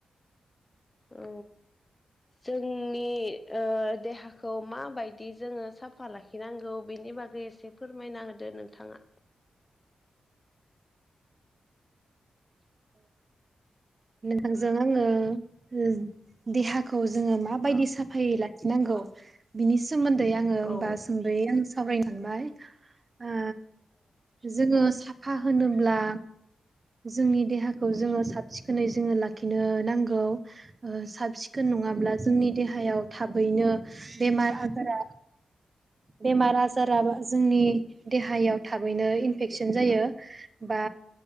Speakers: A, on the left (about 25°); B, on the right (about 40°).
A: औ जोंनि ओ देहाखौ माबायदि जोंङो साफा लाखिनांगौ बेनि नि बागै एसे फोरमायना होदो नोंथांङा
B: नोंथांजों आंङो ओज देहाखौ जोंङो माबायदि
A: औ
B: साफायै लाखि नांगौ बिनि सोमोन्दै आंङो होमबा
A: औ
B: सुंंदयै आं सावरायनो सानबाय आ जोंङो साफा होनोब्ला जोंनि देहाखौ जोंङो साब सिखोनै जोंङो लाखिनो नांगौ ओ साब सिखोन नंङाब्ला जोंनि देहायाव थाबैनो बेमार आजारा बेमार आजाराबा जोंनि देहायाव थाबैनो इनफेकसन जायो। बा